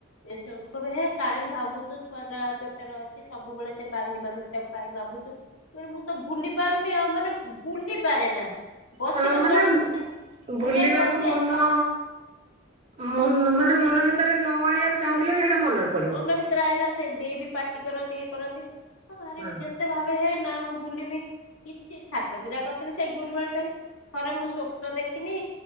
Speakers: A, on the left; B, on the right.
A: ଏ ସବୁକୁ କହିବ ହେ କାଇଁ ଭାବୁଚୁ ଛୁଆଟା ପେଟେରେ ଅଛି ସବୁବେଳେ ସେ ପାଗିଳି ମାଗିଳିଟାକୁ କାଇଁ ଭାବୁଚୁ। ମୁଁ କଇନି ମୁଁ ତ ଭୁଲି ପାରୁନି ଆଉ ମାନେ ଉ ଭୁଲି ପାରେ ନା। ବସିଲେ
B: ହଁ ମାନେ
A: ଚଟିକି
B: ଉଁ ଉଁ
A: ସେ
B: ଉଁ ଭୁଲିବାକୁ
A: ମୁଣ୍ଡରେ ପଶିଯାଇଥିଲା
B: ମନ ମନ୍ ମାନେ ମନ ଭିତରେ ନ ଆଣିବାକୁ ଚାହୁଁଥିଲେ ବି ହେଇଟା ମନରେ। ପଡିବ।
A: ମନ ଭିତେରେ ଆଇଲା ସେଇ ଦେଇ ବି ପାଟି କରନ୍ତି ଇଏ କରନ୍ତି ଆ ଭାରି
B: ହଁ
A: ବି ଯେ ଯେତେଭାବେ ହେଁ ନା ମୁଁ ଭୁଲିମି। କିଛି ଠାକୁର ପୂଜା କରିଥିଲେ ସେଇ ଗୁରୁବାର ପାଇଁ ଥରେ ମୁଁ ସ୍ଵପ୍ନ ଦେଖିନି।